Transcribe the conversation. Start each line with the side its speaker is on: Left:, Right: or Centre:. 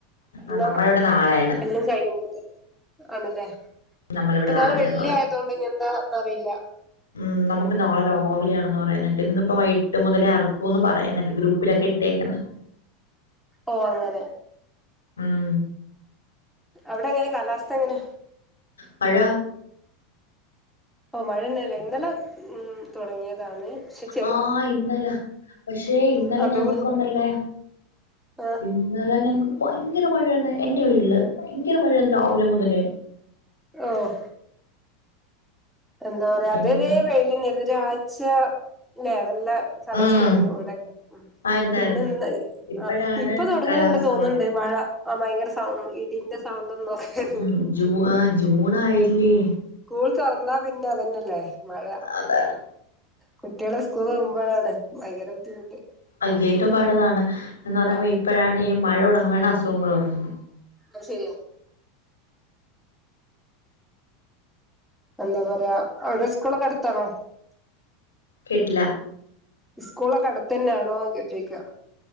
Left: ആഹ്
Centre: എല്ലാം
Left: നമ്മളിവിടെ നാളെയാണ്
Centre: എല്ലാം കഴിയുമ്പോത്ത് ആണല്ലേ
Left: നമ്മളിവിടെ
Centre: അപ്പൊ നാളെ
Left: നാളെയാന്ന്
Centre: വെള്ളിയായതുകൊണ്ട്
Left: പറയും
Centre: ഇനി എന്താന്ന് അറിയില്ല
Left: ഉം നമുക്ക് നാളെ രാവിലെയാണെന്ന് പറയുന്ന കേട്ടു ഇന്നിപ്പോ വൈകീട്ട് മുതലേ അറക്കൂന്ന് പറയുന്നേട്ട്. ഗ്രൂപ്പിലൊക്കെ ഇട്ടേക്കുന്നത്
Centre: ഓഹ് അങ്ങനെ
Left: ഉം
Centre: അവിടെങ്ങനെ കാലാവസ്ഥങ്ങനെ
Left: മഴ
Centre: ഓഹ് മഴന്നലേ, ഇന്നലെ തുടങ്ങിയതാണ് ശരി
Left: ആഹ് ഇന്നല പക്ഷേ
Centre: ഉം
Left: ഇന്നലെ
Centre: അതോ
Left: ഞങ്ങൾക്കൊണ്ടല്ലേ
Centre: ആ
Left: ഇന്നലെ ഞങ്ങക്ക്‌ ഭയങ്കര മഴയാന്ന് എന്റെ വീട്ടില് ഭയങ്കര മഴയാണ് രാവിലെ മുതലേ
Centre: ഓഹ് എന്താ പറയാ അതുവരെ
Left: ഇന്ന്
Centre: വെയിലന്നേര്ന്നു. ഒരാഴ്ച്ച ല്ലേ നല്ല കാലാവസ്ഥായിരുന്നു
Left: ഉം
Centre: വിടൊക്കെ ഉം
Left: ആയിരുന്നായിരുന്നു
Centre: പിന്നെന്ന്
Left: ഇപ്പോഴാണ്
Centre: ആ ഇപ്പൊ തൊടങ്ങ്ണ്ട്
Left: കാലാവസ്ഥ
Centre: തോന്ന്ണ്
Left: മാ
Centre: ണ്ട് മഴ, ആ ഭയങ്കര സൗ ഇടിന്റെ സൗണ്ടും തൊക്കെ കേ
Left: ഉം ജൂ ആ ജൂണായില്ലേ
Centre: സ്കൂൾ തൊറന്നാ പിന്നെ അതന്നല്ലേ മഴ
Left: അതാണ്
Centre: കുട്ട്യാള് സ്കൂൾ പോകുമ്പോഴാണ് ഭയങ്കര ബുദ്ധിമുട്ട്
Left: അത് ഏറ്റവും പാടതാണ് എന്ന് പറയുമ്പോൾ
Centre: ആഹ്
Left: ഇപ്പഴാണ് ഈ മഴ തൊടങ്ങ്മ്പഴാണ് അസുഖങ്ങൾ തൊടങ്ങുന്നത്
Centre: അത് ശരിയാ എന്താ പറയാ അവരെ സ്കൂളൊക്കെ അടുത്താണോ
Left: കേട്ടില്ല
Centre: സ്കൂളൊക്കെ അടുത്തന്നേണോന്ന് ചോയ്ക്ക